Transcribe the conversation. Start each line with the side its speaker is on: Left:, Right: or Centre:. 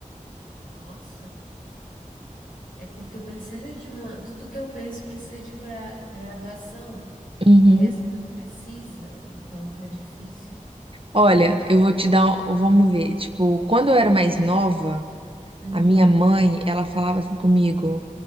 Left: nossa. É porque precisa de uma. Tudo que eu penso precisa de gra- graduação.
Right: Uhum.
Left: E essa não precisa. Então tá difícil.
Right: Olha, eu vou te dar. um- Vamos ver. Tipo, quando eu era mais nova.
Left: Uhum.
Right: A minha mãe, ela falava assim comigo,